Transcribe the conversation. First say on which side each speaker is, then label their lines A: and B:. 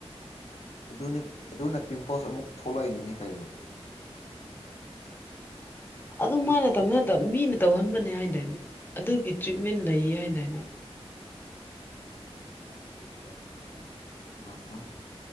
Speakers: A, on the left (about 80°); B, on the left (about 20°).
A: ꯑꯗꯨꯅ‌ꯦ ꯑꯗꯨꯅ ꯄꯤꯝꯄꯜꯁ ꯑꯃꯨꯛ ꯊꯣꯛꯂꯛꯏꯅꯤꯅꯤꯅ‌ꯦ ꯀꯩꯅꯣ
B: <inaudible> ꯑꯗꯨ ꯃꯥꯅ ꯇꯧꯅꯕ ꯃꯤꯅ ꯇꯧꯍꯟꯕꯅꯦ ꯍꯥꯏꯗꯥꯏꯅꯦ ꯑꯗꯨꯒꯤ ꯇ꯭ꯔꯤꯠꯃꯦꯟ ꯂꯩ ꯍꯥꯏꯗꯥꯏꯅꯦ <inaudible>
A: ꯑ